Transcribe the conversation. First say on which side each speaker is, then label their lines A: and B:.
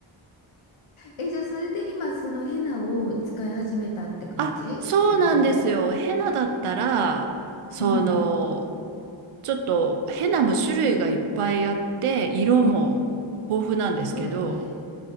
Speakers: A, on the left; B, on the right.
A: え、じゃあ、それで今、そのヘナを使い始めたって感じそれで
B: <laughs> あ、そうなんですよ。ヘナだったら、その、
A: うん。
B: ちょっとヘナも種類がいっぱいあって、色も豊富なんですけど、
A: そうだよね。